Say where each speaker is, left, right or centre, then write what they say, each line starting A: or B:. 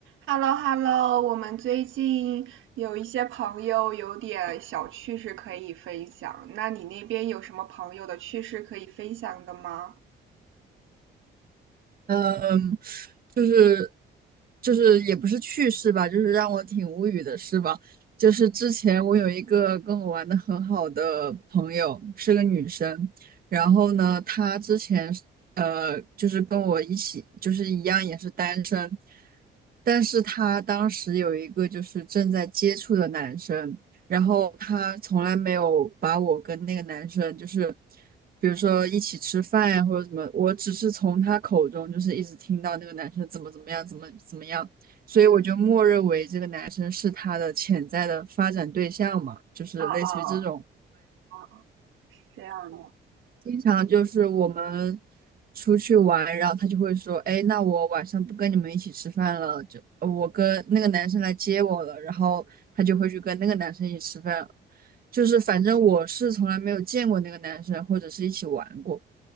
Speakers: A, on the right (about 80°); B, on the right (about 45°).
A: h e l l o h e l l o 我们最近有一些朋友有点小趣事可以分享，那你那边有什么朋友的趣事可以分享的吗？
B: 嗯，就是就是也不是趣事吧，就是让我挺无语的事吧。就是之前我有一个跟我玩的很好的朋友，是个女生，然后呢，她之前是呃就是跟我一起，就是一样也是单身，但是他当时有一个就是正在接触的男生，然后他从来没有把我跟那个男生就是，比如说一起吃饭呀或者什么，我只是从他口中就是一直听到那个男生怎么怎么样，怎么怎么样，所以我就默认为这个男生是他的潜在的发展对象嘛，就是类似于这种。
A: 啊啊啊！这样的，
B: 经常就是我们出去玩，然后他就会说：“哎，那我晚上不跟你们一起吃饭了，就呃我跟那个男生来接我了。”然后他就会去跟那个男生一起吃饭。就是反正我是从来没有见过那个男生，或者是一起玩过。